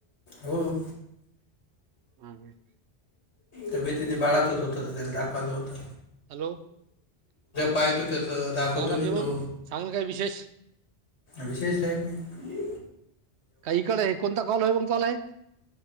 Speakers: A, on the left; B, on the right.
A: हो
B: <unintelligible>
A: तब्येत बाळातच होत तर त्याले ते दाखवायचं होत
B: हॅलो
A: पाहतो त्याचं दाखवतो
B: काय बाकी
A: नाही
B: म
A: तो
B: सांगल काय विशेष
A: विशेष काय नही
B: का इकडे आहे कोणता कॉल आहे कॉल आहे तुमचा वाला हे